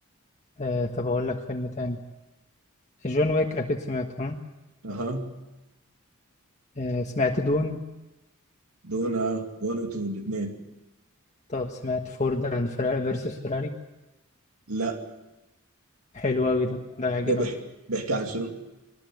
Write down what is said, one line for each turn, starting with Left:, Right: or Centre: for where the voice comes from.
Left: أه... طب أقول لك فيلم تاني جون ويك أكيد سمعته ها؟
Right: اها
Left: أه... سمعت دون
Right: دونا 1 و 2 الاثنين
Left: طب سمعت فورد أند فراري فيرسس فراري
Right: لا
Left: حلو أوي ده ده يعجبك
Right: ده بيحكي بيحكي عن شنو؟